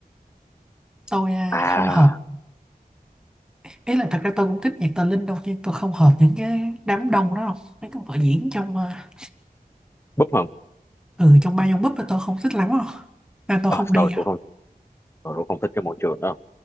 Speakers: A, in the centre; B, on the left.
A: tôi à,
B: à
A: không hợp ý là thật ra tôi cũng thích nhạc Tà Linh đâu nhưng tôi không hợp những cái đám đông đó không mấy cái vở diễn trong à,
B: búp không
A: ừ trong ba dòng búp là tôi không thích lắm không nên tôi
B: ờ
A: không đi
B: tôi
A: đâu
B: cũng không tôi cũng không thích cái môi trường đó